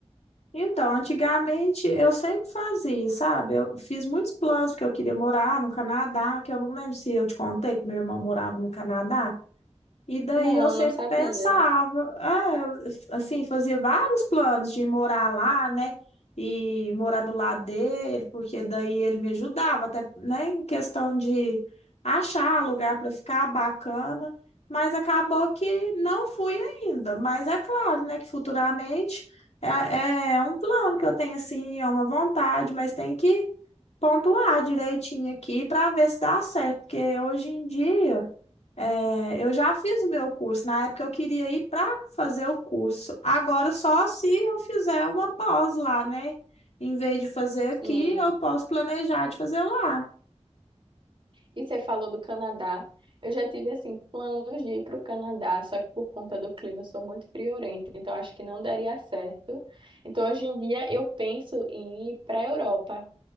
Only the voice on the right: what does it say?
Não,
não sabia.
Sim.
E você falou do Canadá. Eu já tive, assim, planos de ir para o Canadá, só que por conta do clima eu sou muito friorenta, então acho que não daria certo. Então, hoje em dia, eu penso em ir para a Europa,